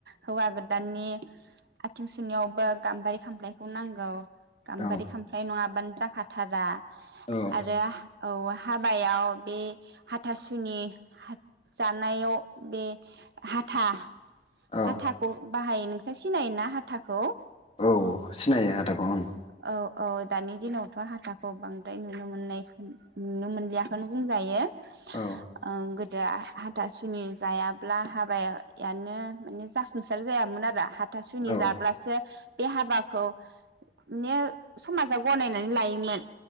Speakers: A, on the right (about 60°); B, on the left (about 35°).
A: हौवा गोदाननि आथिं सु सुनायावबो गाम्बारि खामफ्लायखौ नांगौ। गाम्बारि
B: औ
A: खामफ्लाय नङाबानो जाखाथारा।
B: औ
A: आरो औ। हाबायाव बे हाथासुनि जानायाव बे हाथा
B: औ
A: हाथाखौ बाहायो नोंसोर सिनायोना हाथा खौ।
B: औ। सिनायो हाथाखौ ओं।
A: औ औ दानि दिनावथ हाथाखौ बांद्राय नुनो मोननाय नुनो मोनलियाखौनो बुंजायो।
B: औ
A: ओं गोद दा हाथासुनि जायाब्ला हाबायानो माने जाफुंसार जायामोन आरो हाथ हाथा सुनि
B: औ
A: जाब्लासो बे हाबाखौ माने समाजा गनायनानै लायोमोन।